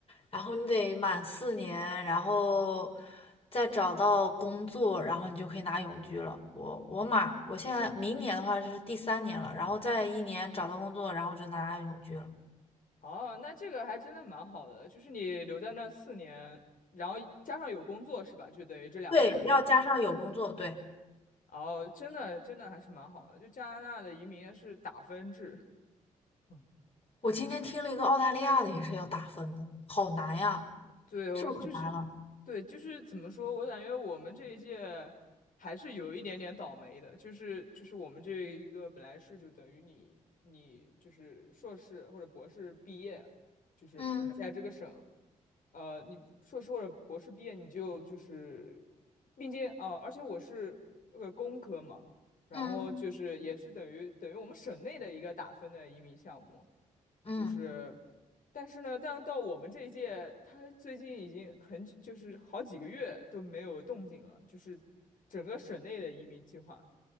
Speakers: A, on the left (about 35°); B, on the left (about 55°).
A: 然后你得满四年，然后再找到工作，然后你就可以拿永居了。我我满，我现在明年的话是第三年了，然后再一年找到工作，然后我就拿永居了。
B: 哦，那这个还真的蛮好的，就是你留在那四年，然后加上有工作是吧？就等于这两个条件。
A: 对，要加上有工作。对，
B: 哦，真的真的还是蛮好的，就加拿大的移民是打分制。<laughs>
A: 我今天听了一个澳大利亚的也是要打分的，好难呀，
B: 对，哦，
A: 是不是可难了？
B: 就是，对，就是怎么说？我感觉我们这一届还是有一点点倒霉的，就是就是我们这一个本来是就等于你你就是硕士或者博士毕业，就是你在这个省，
A: 嗯
B: 呃，你硕士或者博士毕业，你就就是，并且哦、呃而且我是呃工科嘛，然后就是也是等于等于我们省内的一个打分的移民项目，
A: 嗯嗯。
B: 就是，但是呢，但到我们这一届，他最近已经很久就是好几个月都没有动静了，就是整个省内的移民计划，